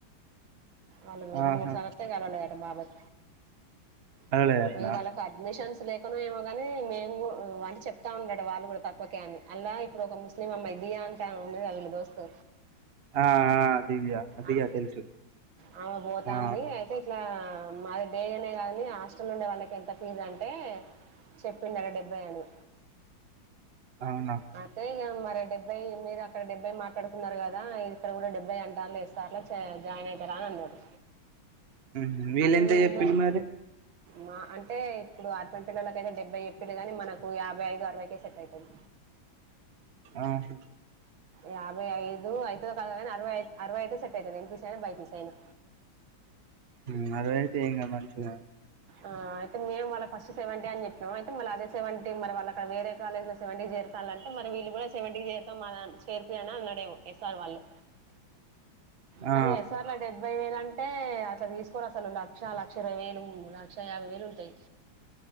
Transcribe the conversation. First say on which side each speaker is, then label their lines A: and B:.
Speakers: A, on the right; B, on the right.
A: ఆలు రెండు
B: ఆహా
A: మూడుసార్లు ఒస్తే కలవలేదంట బాబాయ్
B: చదవలేదా అట్లా
A: ఇగ వాళ్ళకి అడ్మిషన్స్ లేకున్నా ఏమో గాని మేము గు అని చెప్తా ఉండట వాళ్ళు కూడా తక్వకే అని అల్ల ఇప్పుడు ఒక ముస్లిం అమ్మాయి దియ అంటమే ఉండేగా వీళ్ళ దోస్తు
B: ఆ ఆ దివ్య దివ్య
A: అ
B: తెలుసు
A: ఆ అమ పోతుంది
B: ఆ
A: అయితే ఇట్లా మాది డే కాని హాస్టల్ ఉండే వాళ్ళకి ఎంత ఫీజ్ అంటే చెప్పిందట డెబ్బై అని
B: అవునా
A: అయితే ఇక మరి డెబ్బై మీరు అక్కడ డెబ్బై మాట్లాడుకున్నరు కదా ఇగ ఇక్కడ కూడా డెబ్బై అంటాన్లు ఎ సార్లా చే జాయిన్ ఐతరా అని అన్నడు
B: ఉహు. వీళ్ళెంత
A: మాకు వీళ్ళు
B: చెప్పిళ్ళు మరి
A: మా అంటే ఇప్పుడు అర్బన్ పిల్లల అయితే డెబ్బై చెప్పిళ్ళు గాని మనకు యా ఐదు అరవైకే సెట్ ఐతది
B: ఆహు
A: యాభై ఐదు ఐతదో కాదో కానీ అరవై ఐ అరవై అయితే సెట్ అవుతుంది ఎంపీసైయినా బైపిసి అయినా
B: ఉ అదేతే ఏం గాదు మంచిగ
A: ఆ అయితేే మేము వాళ్ళకి ఫస్ట్ సెవెంటీ అని చెప్పినం అయితే మళ్ళ అదే సెవెంటీ మరి వాళ్ళ అక్కడ వేరే కాలజ్ ల సెవెంటీ చేరతాలంటే మరి వీళ్ళు కూడా సెవెంటీ చేరుతాం మాదాంట్ చేరిపియ్యండి అని అన్నడేమో ఎస్ఆర్ వాళ్ళు కానీ
B: ఆ
A: ఎస్ఆర్ల డెబ్బై వేలు అంటే అట్ల తీసుకోరు ల లక్ష లక్ష ఇరవై వేలు లక్ష యాభై వేలు ఉంటయి